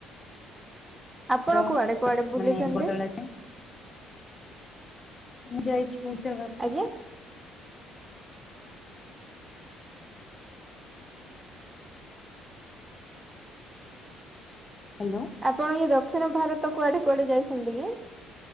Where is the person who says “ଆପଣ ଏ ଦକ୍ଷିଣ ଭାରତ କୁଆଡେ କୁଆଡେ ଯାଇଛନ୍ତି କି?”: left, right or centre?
Right